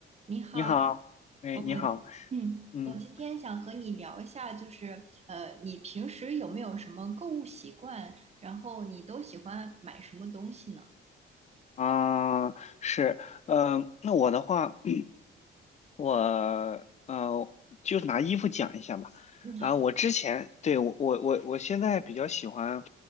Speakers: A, on the right; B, on the left.
A: 你好，
B: 你好，哎，
A: 我
B: 你好，
A: 嗯，
B: 嗯
A: 我今天想和你聊一下，就是呃，你平时有没有什么购物习惯？然后你都喜欢买什么东西呢？
B: 啊，是，嗯、那我的话，<clears throat> 我呃，就拿衣服讲一下吧。
A: 嗯，
B: 啊，我之前对我我我我现在比较喜欢